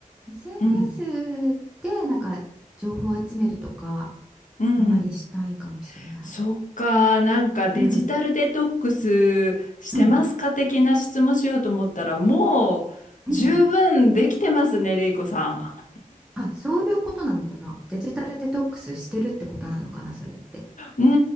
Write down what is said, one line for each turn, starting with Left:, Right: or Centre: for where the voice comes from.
Centre: SNS
Left: うん。
Centre: でなんか情報を集めるとか
Left: うんうん。
Centre: あまりしないかもしれない。
Left: そっか、なんかデジタルデトックスしてますか的な質問しようと思ったら、
Centre: うんうん
Left: もう十分できてますね、
Centre: うん
Left: れいこさ
Centre: あそういうことなのかなデジタルデトックスしてるってことなのかなそれって。
Left: ん。う